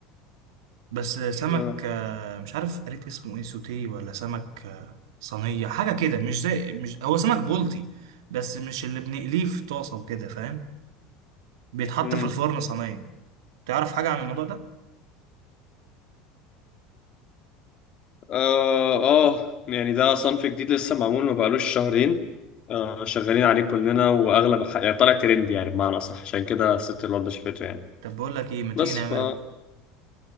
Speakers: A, on the right (about 75°); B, on the left (about 45°).
A: بس سمك
B: اه
A: آه، مش عارف قريت اسمه ايه سوتيه ولا سمك آه، صينية حاجة كده مش زي مش هو سمك بولتي بس مش اللي بنقليه في طاسة وكده فاهم بيتحط
B: امم
A: في الفرن صينية تعرف حاجة عن الموضوع ده؟
B: اه اه يعني ده صنف جديد لسه معمول ما بقالوش شهرين آه شغالين عليه كلنا واغلب الح- يعني طالع ترند يعني بمعنى اصح عشان كده الست الواد شافته يعني
A: طب بقول لك ايه ما تيجي
B: بس
A: نعمله
B: ف